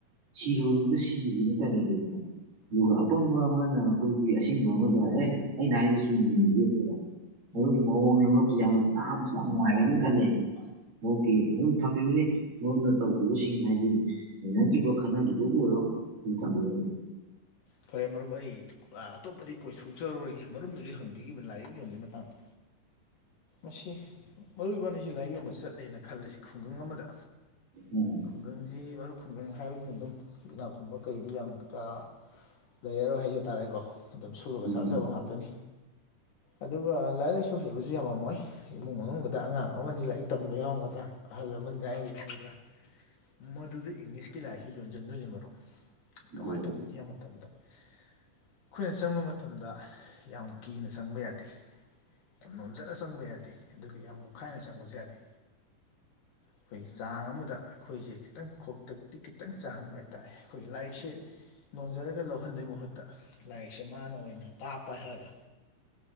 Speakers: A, on the right; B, on the left.
A: ꯁꯤꯔꯔꯕꯔ ꯃꯗ ꯁꯤꯔ ꯇ ꯌꯦ ꯌꯦꯠꯇꯦ ꯑꯗꯨꯒ ꯑꯄꯪꯕ ꯑꯃꯅ ꯑꯩꯈꯣꯏꯒꯤ ꯑꯁꯕ ꯑꯃꯗ ꯑꯦ ꯑꯩꯅ ꯍꯥꯏꯁꯤ ꯆꯨꯝ ꯃꯤꯦꯅꯤꯨ ꯌꯦꯛꯄꯗ ꯃꯔꯗꯨꯒꯤ ꯃꯑꯣꯡꯅꯦ ꯃꯔꯨꯞꯁꯤ ꯌꯥꯝꯅ ꯇꯥꯕꯗ ꯌꯥꯝ ꯅꯨꯡꯉꯥꯏꯒꯅꯦꯅ ꯈꯜꯂꯤ ꯃꯀꯤ ꯃꯣꯏ ꯊꯝꯕꯤꯌꯨꯅꯦ ꯃꯣꯏꯅ ꯇꯧꯈꯤꯕꯁꯤꯡ ꯍꯥꯏꯕꯗꯤ ꯅꯩꯅꯈꯤꯕ ꯈꯟꯅꯈꯤꯕꯕꯨ ꯑꯣꯏꯔꯣ ꯑꯗꯨ ꯊꯝꯕꯤꯔꯒꯦ
B: ꯐꯔꯦ ꯃꯔꯨꯞ ꯑꯩ ꯑꯇꯣꯞꯄꯗꯤ ꯀꯣꯏꯊꯣꯛꯆꯔꯔꯣꯏꯒꯦ ꯃꯔꯨꯝꯗꯨꯗꯤ ꯍꯪꯕꯤꯈꯤꯕ ꯂꯥꯏꯔꯤꯛ ꯌꯣꯟꯕꯒꯤ ꯃꯇꯥꯡꯗꯣ ꯑꯁꯤ ꯃꯔꯨꯑꯣꯏꯕꯅꯤꯁꯤ ꯂꯥꯏꯔꯤꯛ ꯌꯣꯟꯕ ꯆꯠꯂꯦꯅ ꯈꯜꯂꯤꯁꯤ ꯈꯨꯡꯒꯪ ꯑꯃꯗ
A: ꯎꯝ
B: ꯈꯨꯡꯒꯪꯁꯤ ꯃꯔꯨꯞ ꯈꯨꯡꯒꯪ ꯍꯥꯏꯕꯗꯨꯅ ꯑꯗꯨꯝ ꯏꯅꯥꯛ ꯈꯨꯟꯕ ꯀꯩꯗꯤ ꯌꯥꯝ ꯀꯥ ꯂꯩꯔꯔꯣꯏ ꯍꯥꯏꯖ ꯇꯥꯔꯦꯀꯣ ꯑꯗꯨꯝ ꯁꯨꯔꯒ
A: ꯎꯝ
B: ꯆꯥꯖꯕ ꯉꯥꯛꯇꯅꯤ ꯑꯗꯨꯒ ꯂꯥꯏꯔꯤꯛ ꯂꯥꯏꯁꯨ ꯑꯣꯏ ꯍꯩꯕꯁꯨ ꯌꯥꯝꯃꯝꯃꯣꯏ ꯏꯃꯨꯡ ꯃꯅꯨꯡꯗ ꯑꯉꯥꯡ ꯑꯃꯅꯤ ꯂꯥꯏꯔꯤꯛ ꯇꯝꯕ ꯌꯥꯎꯒꯗ꯭ꯔꯥ ꯑꯍꯜ ꯂꯃꯟꯒꯥꯏ ꯌꯥꯎꯕ ꯌꯥꯎꯒꯗ꯭ꯔꯥ ꯃꯗꯨꯗ ꯏꯪꯂꯤꯁꯀꯤ ꯂꯥꯏꯔꯤꯛꯁꯤ ꯌꯣꯟꯁꯤꯟꯗꯣꯏꯅꯤ ꯃꯔꯨꯞ ꯀꯃꯥꯏꯅ
A: ꯒꯣꯜ
B: ꯇꯧ ꯍꯕ ꯑꯩꯈꯣꯏꯅ ꯆꯪꯕ ꯃꯇꯝꯗ ꯌꯥꯝ ꯀꯤꯅ ꯆꯪꯕ ꯌꯥꯗꯦ ꯌꯥꯝ ꯅꯣꯝꯖꯂ ꯆꯪꯕ ꯌꯥꯗꯦ ꯑꯗꯨꯒ ꯌꯥꯝ ꯃꯨꯛꯈꯥꯏꯅ ꯆꯪꯕꯁꯨ ꯌꯥꯗꯦ
A: <unintelligible>
B: ꯑꯩꯈꯣꯏꯒꯤ ꯆꯥꯡ ꯑꯃꯗ ꯑꯩꯈꯣꯏꯁꯦ ꯈꯤꯇꯪ ꯈꯇꯛꯇꯤ ꯈꯤꯇꯪ ꯆꯥꯍꯟꯕ ꯍꯥꯏꯇꯥꯔꯦ ꯑꯩꯈꯣꯏꯒꯤ ꯂꯥꯏꯔꯤꯛꯁꯦ ꯅꯣꯟꯖꯔꯒ ꯂꯧꯍꯟꯕꯩ ꯃꯍꯨꯠꯇ ꯂꯥꯏꯔꯤꯛꯁꯦ ꯃꯥꯅ ꯑꯣꯏꯅ ꯇꯥꯞꯄ ꯍꯥꯏꯔꯒ